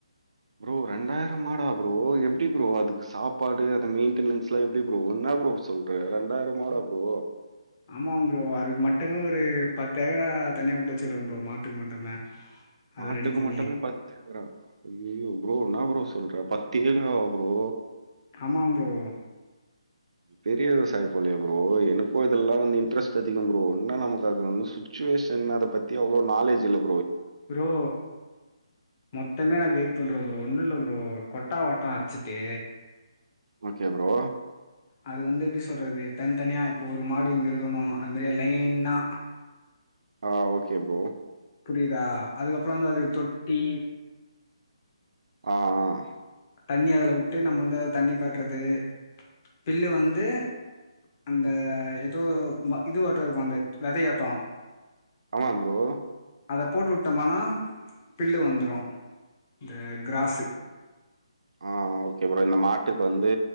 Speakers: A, on the right (about 75°); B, on the left (about 25°).
A: ப்ரோ ரெண்டாயிரம் மாடா ப்ரோ எப்டி ப்ரோ அதுக்கு சாப்பாடு அது மெயின்டெனன்ஸ்லாம் எப்டி ப்ரோ என்ன ன ப்ரோ சொல்ற ரெண்டாயிரம் மாடா ப்ரோ
B: ஆமாாம் ப்ரோ அதுக்கு மட்டுமே ஒரு பத்து ஏக்கரா தனியா விட்டு வச்சிகிற ப்ரோ மாட்டுக்கு மட்டுமே அதை
A: மாட்டுக்கு
B: ரெடி பண்ணி
A: மட்டுமே பத்து ஏக்கரா ஐயயோ ப்ரோ என்ன ப்ரோ சொல்ற பத்து ஏக்கரா வா ப்ரோ
B: ஆமாம் ப்ரோ
A: பெரிய விவசாயி போலயே ப்ரோ எனக்கும் இதெல்லாம் வந்து இன்ட்ரெஸ்ட் அதிகம் ப்ரோ இன்னா நமக்கு அத வந்து சுச்சுவே ஷன்ன அத பத்தி அவ்ளோ நாலேஜ் இல்ல ப்
B: ப்ரோ மொத்தமே நான் கைட் பண்ற ப் ரோ ஒண்ணு இல்ல ப்ரோ கொட்டா வாட்டம் அச்சுட்டு
A: ஓகே ப்ரோ
B: அது வந்து எப்டி சொல்றது தனித்தனியா இப்போ ஒரு மாடு இங்க இருக்கணும் அது மாரி லைன்னா
A: ஆஹ் ஓகே ப்ரோ
B: புரியுதா அதுக்கப்புற வந்து அதுக்கு தொட்டி
A: ஆஹ் ஆஹ்
B: தண்ணி அதுல வுட்டு நம்ம வந்து அது தண்ணி காட்டுறது பில்லு வந்து அந்த எதோ இது ஆட்டம் இருக்கும் அந்த வதயாட்டம்
A: ஆமா‌ ப்ரோ
B: அத போட்டு விட்டோமானா பில்லு வந்துரும் இந்த கிராஸு
A: ஆஹ் ஓகே ப்ரோ இந்த மாட்டுக்கு வந்து